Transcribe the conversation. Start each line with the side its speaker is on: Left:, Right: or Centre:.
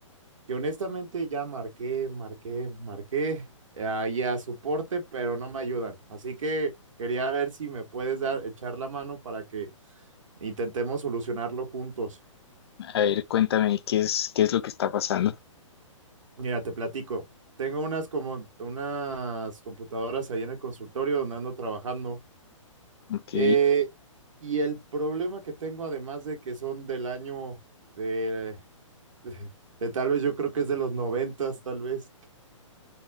Right: que honestamente ya marqué, marqué, marqué eh, ahí a soporte, pero no me ayudan. Así que quería ver si me puedes dar, echar la mano para que intentemos solucionarlo juntos.
Left: A ver, cuéntame qué es, qué es lo que está pasando.
Right: Mira, te platico. Tengo unas como unas computadoras ahí en el consultorio donde ando trabajando.
Left: Ok,
Right: Eh, y el problema que tengo, además de que son del año de, de- de tal vez yo creo que es de los noventas, tal vez,